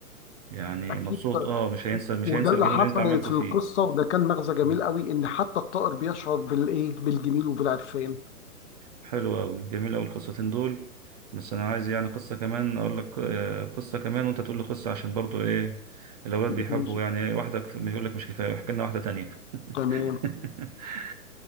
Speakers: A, on the right; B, on the left.
A: يعني
B: اكيد
A: مبسوط اه مش هينسى مش
B: وده
A: هينسى
B: اللي
A: الجميل
B: حصل
A: اللي انت عملته
B: في
A: فيه
B: القصة وده كان مغزى جميل
A: مم.
B: قوي ان حتى الطائر بيشعر بالايه بالجميل وبالعرفان
A: حلو قوي جميل قوي القصتين دول بس انا عايز يعني قصة كمان اقول لك آه، قصة كمان وانت تقول لي قصة عشان برضو ايه الاولاد بيحبوا
B: ماشي.
A: يعني إيه، واحدة كف- يقول لك مش كفاية احكي لنا واحدة تانية
B: تمام
A: <laughs>